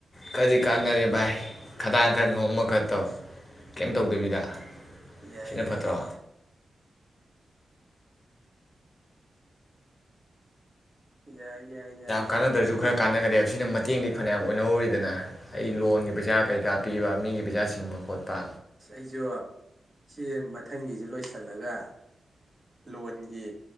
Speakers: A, on the left (about 35°); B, on the right (about 25°).
A: ꯈꯔꯗꯤ ꯀꯥꯟꯅꯔꯦ ꯚꯥꯏ ꯈꯗꯥꯡ ꯈꯔ ꯅꯣꯝꯃ ꯈ ꯇꯧ ꯀꯩꯝ ꯇꯧꯗꯕꯤꯗ
B: ꯌꯥꯏ
A: ꯁꯤꯅ
B: ꯌꯥꯏ
A: ꯐꯠꯇ꯭ꯔꯣ
B: ꯌꯥꯏ ꯌꯥꯏ ꯌꯥꯏ ꯌꯥꯝ
A: ꯀꯥꯟꯅꯗ꯭ꯔꯁꯨ
B: ꯊꯤꯅ
A: ꯈꯔ
B: ꯌꯥꯏ
A: ꯀꯥꯟꯅꯈꯔꯦꯕ ꯁꯤꯅ ꯃꯇꯦꯡꯗꯤ ꯐꯅꯌꯥꯝ ꯑꯣꯏꯅꯍꯧꯔꯤꯗꯅ ꯑꯩ ꯂꯣꯟꯒꯤ ꯄꯩꯁꯥ ꯀꯩꯀꯥ ꯄꯤꯕ ꯃꯤꯒꯤ ꯄꯩꯁꯥ ꯁꯤꯡꯕ ꯈꯣꯠꯄ
B: ꯑꯩꯁꯨ ꯁꯤ ꯃꯊꯪꯒꯤꯁꯦ ꯂꯣꯏꯁꯤꯜꯂꯒ ꯂꯣꯟꯒꯤ